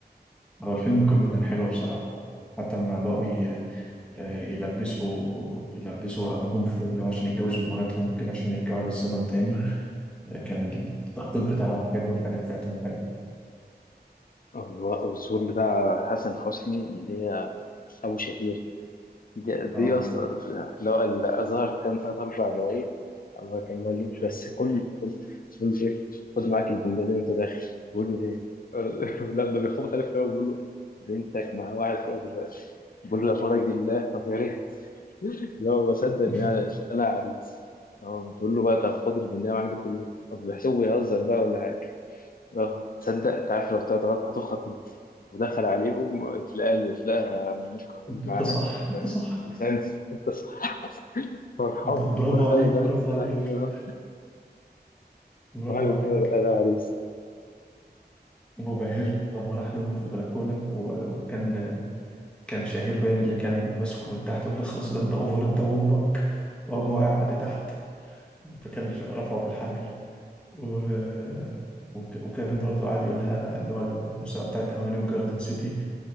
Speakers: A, in the centre; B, on the left.
A: هو الفيلم كله كان حلو بصراحة حتى لما بقوا ي- آه، يلبسوا يلبسوا رعبهم في إن هو عشان يتجوزوا أمهاتهم وكده عشان يرجعوا للزمن تاني آه، كان التخطيط بتاعهم حلو والحاجات بتاعتهم حلوة
B: واللي هو- والظهور بتاع حسن حسني اللي هي ابو شهير دي,
A: اه
B: دي اصلا لو الازهر كان ثلاث اربع دقايق ما كان مالوش بس كل كل بقول له ايه خد معاك الجمله دي وانت داخل بقول له ليه؟ <laughs> لا ده بيخبط عليه في الأول، بقول له بنتك مع واحد فوق دلوقتي بقول له يا فرج الله طب يا ريت لا ما بصدق ان
A: <laughs>
B: انا انا عريس اه بقول له بقى طب خد البندقية معاك ده كله طب بيحسبه بيهزر بقى ولا حاجه اه تصدق انت عارف لو طلعت غلط هتخرج ودخل عليهم تلاقى تلاقى منير خطيب
A: انت
B: معاه
A: صح انت صح
B: لسانس انت صح فرحان
A: انت برافو
B: فرحان
A: عليك
B: لا
A: برافو
B: لا
A: عليك
B: لا
A: برافو
B: فرحان إن
A: عليك
B: انا عريس
A: وبهير لما راح لأمه في البلكونة و- وكان كان شهير باين اللي كان ماسكه من تحت وقال له خلاص ده انت اوفر انت وامك وقام واقع عليه تحت فكان رفعه بالحبل و... وك- وكان برضو قاعد يقول لها اللي هو المسابقة بتاعت هوانم جاردن سيتي